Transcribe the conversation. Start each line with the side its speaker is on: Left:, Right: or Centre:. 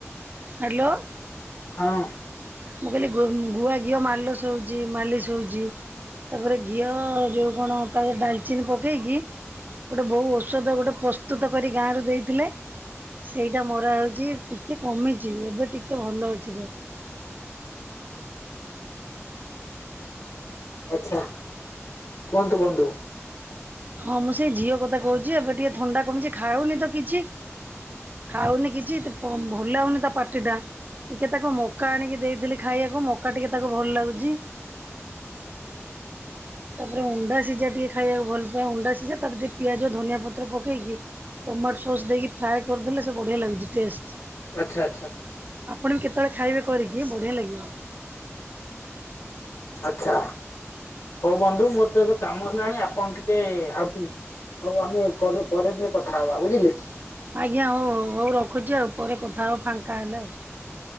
Right: ହ୍ୟାଲୋ।
Left: ହଁ।
Right: ମୁଁ କହିଲି ଗୁଆ ଘିଅ ମାଲ ଶୋଉଛି ମାଲି ଶୋଉଛି। ତାପରେ ଘିଅ ଯୋଉ କଣ? ତାରେ ଡାଲଚିନି ପକେଇକି ଗୋଟେ ବୋ ଔଷଧ ଗୋଟେ ପ୍ରସ୍ତୁତ କର ଗାଁରୁ ଦେଇଥିଲେ ସେଇଟା ମୋରା ହେଉଛି ଟିକେ କମିଛି ଏବେ ଟିକେ ଭଲ ଅଛି ତ-
Left: ଆଛା କୁହନ୍ତୁ ବନ୍ଧୁ?
Right: ହଁ ମୁଁ ସେଇ ଝିଅ କଥା କହୁଛି ଏବେ ଟିକେ ଥଣ୍ଡା କମିଛି ଖାଉନି ତ କିଛି? ଖାଉନି କିଛି ଭଲ ଲାଗଉନି ତା ପାର୍ଟି ଟା ଟିକେ ତାକୁ ମକା ଆଣିକି ଦେଇଥିଲି ଖାଇବାକୁ ମକା ଟିକେ ତାକୁ ଭଲ ଲାଗୁଛି? ତାପରେ ଅଣ୍ଡା ସିଝା ଟିକେ ଖାଇବାକୁ ଭଲ ଅଣ୍ଡା ସିଝା ତା ଟିକେ ପିଆଜ ଧନିଆ ପତ୍ର ପକେଇକି ଟମାଟୋ ସସ୍ ଦେଇକି ଫ୍ରାଏ କରିଦେଲେ ସେ ବଢିଆ ଲାଗୁଛି ଟେଷ୍ଟ।
Left: ଆଚ୍ଛା ଆଚ୍ଛା।
Right: ଆପଣଙ୍କୁ କେତେବେଳେ ଖାଇବେ କରିକି ବଢିଆ ଲାଗିବ।
Left: ଆଚ୍ଛା ହଉ ବନ୍ଧୁ ମୋର ତ ଏବେ କାମ ହେଲାଣି ଆପଣ ଟିକେ ଆଉ ଆଉ ଆମେ ଘରେ ପରେ ଟିକେ କଥା ହବା ବୁଝିଲେ କି?
Right: ଆଜ୍ଞା ହଉ ହଉ ରଖୁଛି ଆଉ ଉପ କଥା ହେଉ ଫାଙ୍କା ହେଲେ ଆଉ।